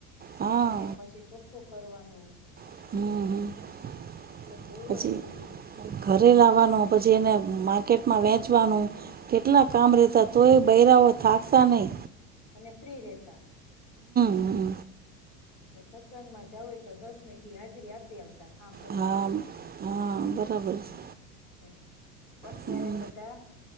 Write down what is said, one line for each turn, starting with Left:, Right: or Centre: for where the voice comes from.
Right: હા
Left: એને પછી ચોખ્ખું કરવાનું હમ્મ.
Right: <inaudible>
Left: બહુ
Right: પછી
Left: જ ઈ
Right: ઘરે
Left: ખેતી
Right: લાવવાનું
Left: એટલે
Right: પછી એને માર્કેટમાં વેંચ ચવાનું કેટલા કામ રેતા, તોય બૈરાઓ થાકતા નઈ.
Left: અને ફ્રી રહેતા.
Right: હમ
Left: કે સત્સંગમાં જાવુ હોય તો દસ મિનટ ઈ હાજરી આપી આવ કામ પતાવી
Right: હા
Left: ને
Right: હા બરાબર છે.
Left: એમ. પણ ત્યારે
Right: હમ
Left: બધા